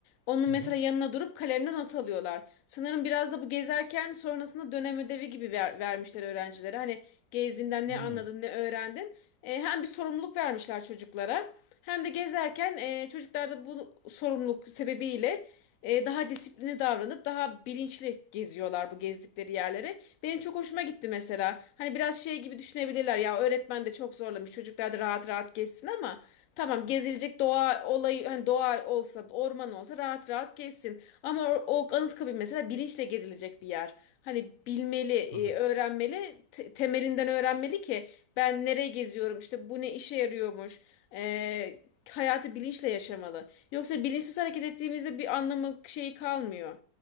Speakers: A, on the left; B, on the right.
A: Onun
B: Hı
A: mesela
B: hı.
A: yanına durup kalemle not alıyorlar. Sanırım biraz da bu gezerken sonrasında dönem ödevi gibi ver- vermişler öğrencilere. Hani gezdiğinden ne
B: Hı.
A: anladın, ne öğrendin. E, hem bir sorumluluk vermişler çocuklara hem de gezerken e, çocuklar da bu sorumluluk sebebiyle e, daha disiplinli davranıp daha bilinçli geziyorlar bu gezdikleri yerleri. Benim çok hoşuma gitti mesela. Hani biraz şey gibi düşünebilirler ya öğretmen de çok zorlamış çocuklar da rahat rahat gezsin ama Tamam gezilecek doğa olayı hani doğa olsa orman olsa rahat rahat gezsin. Ama o, o Anıtkabir mesela bilinçle gezilecek bir yer. Hani bilmeli, e,
B: Tabii.
A: öğrenmeli, te- temelinden öğrenmeli ki ben nereye geziyorum, işte bu ne işe yarıyormuş. E, hayatı bilinçle yaşamalı. Yoksa bilinçsiz hareket ettiğimizde bir anlamı şeyi kalmıyor.